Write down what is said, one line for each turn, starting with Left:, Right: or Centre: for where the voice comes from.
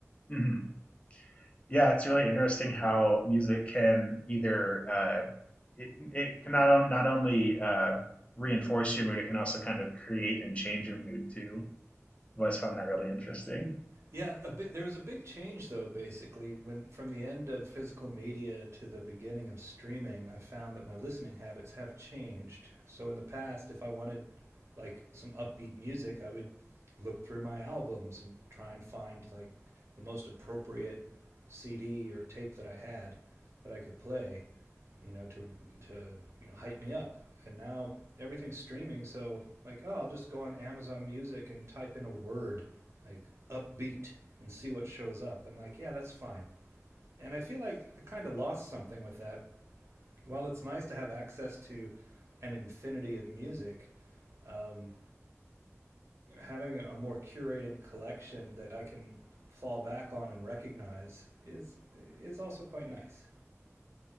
Left: hmm Yeah, it's really interesting how music can either, uh, it, it can not, on- not only uh, reinforce your mood, it can also kind of create and change your mood too. I've always found that really interesting.
Right: Yeah, a bi- there was a big change though. Basically, when from the end of physical media to the beginning of streaming, I found that my listening habits have changed. So in the past, if I wanted like some upbeat music, I would look through my albums and try and find like the most appropriate CD or tape that I had that I could play you know, to to you know hype me up. And now everything's streaming, so like, oh, I'll just go on Amazon Music and type in a word like upbeat and see what shows up. And like, yeah, that's fine. And I feel like I kind of lost something with that. While it's nice to have access to an infinity of music, um, having a more curated collection that I can fall back on and recognize is is also quite nice.